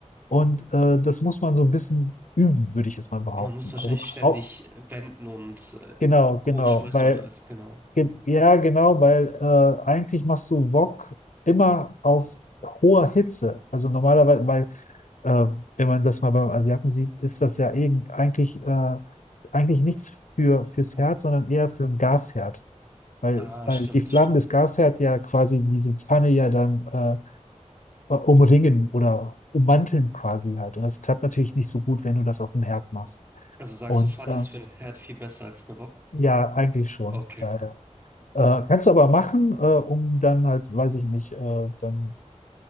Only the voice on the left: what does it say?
Und äh, das muss man so ein bisschen üben, würde ich jetzt mal behaupten.
Also man
au-
genau, genau,
weil
ge- ja genau, weil äh, eigentlich machst du Wok immer auf hoher Hitze. Also normalerweise, weil äh, wenn man das mal beim Asiaten sieht, ist das ja irgend, eigentlich äh, eigentlich nichts für fürs Herz, sondern eher für einen Gasherd. Weil,
weil
die Flammen
des Gasherd ja quasi diese Pfanne ja dann äh, umringen oder ummanteln quasi halt. Und das klappt natürlich nicht so gut, wenn du das auf dem Herd machst.
Und
äh,
ja, eigentlich schon.
Daher. Äh, kannst du aber machen, äh, um dann halt, weiß ich nicht, äh, dann